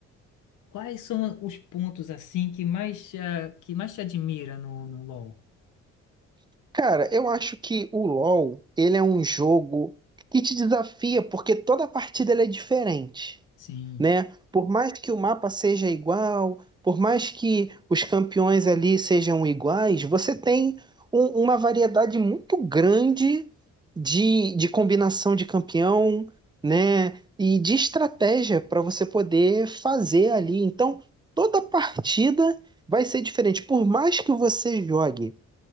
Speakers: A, on the left (about 80°); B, on the right (about 15°).
A: Quais são os pontos, assim, que mais, ah, que mais te admira no, no LoL?
B: Cara, eu acho que o LoL, ele é um jogo que te desafia, porque toda partida ele é diferente.
A: Sim,
B: né? Por mais que o mapa seja igual, por mais que os campeões ali sejam iguais, você tem um- uma variedade muito grande de, de combinação de campeão, né? E de estratégia para você poder fazer ali. Então, toda partida vai ser diferente. Por mais que você jogue